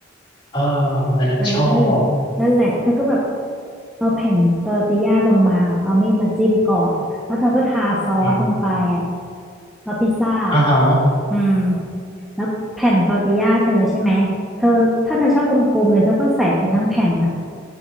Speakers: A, on the left (about 25°); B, in the centre.
A: เอออันนั้นน่ะชอบ
B: เออ นั่นแหละเธอก็แบบเอาแผ่นตอร์ติญญาบางๆอะเอามีดมาจิ้มก่อนแล้วเธอก็ทาซอสลงไปอ่ะ
A: อืม
B: เอาพิซซ่า
A: อ่าฮะ
B: อืมแล้วแผ่นตอร์ติญญาเธอใช่ไหมเธอถ้าเธอชอบกลมๆเลยเธอก็ใส่ไปทั้งแผ่นน่ะ